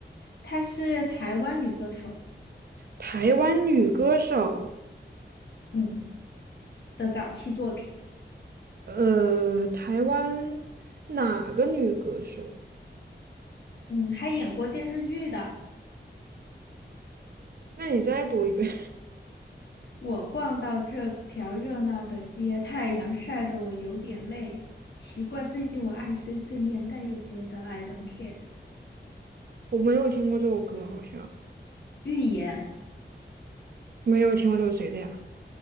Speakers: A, on the left; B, on the right.
A: 她是台湾女歌手，
B: 台湾女歌手，
A: 嗯的早期作品，
B: 呃，台湾哪个女歌手？
A: 嗯，还演过电视剧的。
B: 那你再读一遍，
A: 我逛到这条热闹的街，太阳晒得我有点累。奇怪，最近我爱碎碎念，但又觉得 I don't care。
B: <laughs> 我没有听过这首歌，好像
A: 预言。
B: 没有听过这首谁的呀？